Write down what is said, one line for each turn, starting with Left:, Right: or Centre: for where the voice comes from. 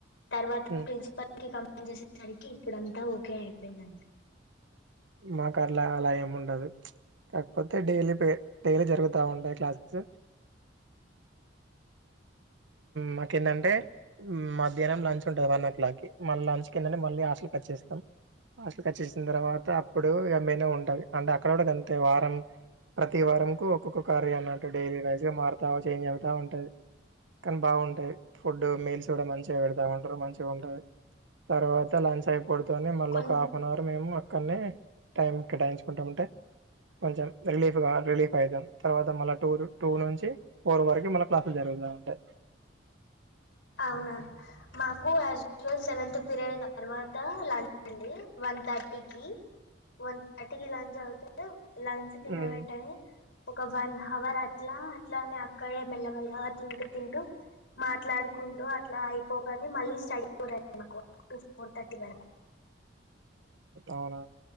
Left: తర్వాత
Right: హ్మ్.
Left: ప్రిన్సిపల్ కమెంట్ చేసేసరికి ఇప్పుడంతా ఓకే అయిపోయిందండి
Right: మా కర్లా అలా ఏమి ఉండదు. కాకపోతే డైలీ పే డైలీ జరుగుతా ఉంటాయి క్లాసెస్. మాకేంటంటే మధ్యాహ్నం లంచ్ ఉంటది. వన్ ఓ క్లాక్ కి మళ్ళీ లంచ్ కి ఏందంటే, మళ్ళీ హాస్టల్ కట్ చేస్తాం. హాస్టల్ కట్ చేసిన తర్వాత అప్పుడు నేను ఉం ది అంటే అక్కడ గూడ గంతేవ ప్రతి వారం కు ఒక్కొక్క కార్య అన్నట్టు డైలీ వైజ్ గా మారుతా చేంజ్ అవుతా ఉంటది కానీ బాగుంటాయి. ఫుడ్ మీల్స్ కూడా మంచిగా పెడతా ఉంటరు. మంచిగా ఉంటది. తర్వాత లంచ్ అయిపో పడుతానే మళ్ళీ
Left: కొం
Right: ఒక హాఫ్ అన్ అవర్ మేము అన్ని టైం కేటాయించుకుంటా ఉంటే కొంచెం రిలీఫ్గా రిలీఫ్ అయిదాం. తర్వాత మళ్ళ టూ టూ నుంచి ఫోర్ వరకు మళ్ళ క్లాసులు జరుగుతయి అంటే
Left: అవునా మాకు యాజ్ యూవల్ సెవెన్ పీరియడ్ తర్వాత లంచ్ అండి వన్ థర్టీకి వన్ థర్టీకిి లంచ్ అవుతే లంచ్ తిన్న
Right: హ్మ్.
Left: వెంటనే ఒక వన్ హవర్ అట్లా అట్లానే అక్కడే మెల్లమెల్లగా తింటూ తింటూ మాట్లాడు కుంటూ అట్లా అయిపోగానే మళ్ళీ స్టడీ పోరడి మాకు టు ఫోర్ థర్టీ వరకు
Right: అవునా